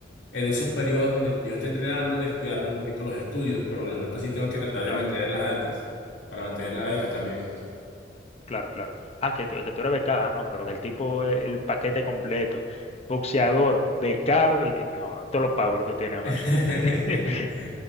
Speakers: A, on the left; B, on the left.
A: en esos periodos donde yo esté entrenando, descuidarme un poquito los estudios, pero las notas sí tengo que tratar de
B: Claro,
A: mantenerlas altas, para mantener la beca también.
B: claro, claro. Ah, que, tú- que tú eres becada, ah, no, pero que el tipo es el paquete completo. Boxeador, becado y... de- No, no, todos los powers tú tienes,
A: <laughs>
B: Máximo. <laughs>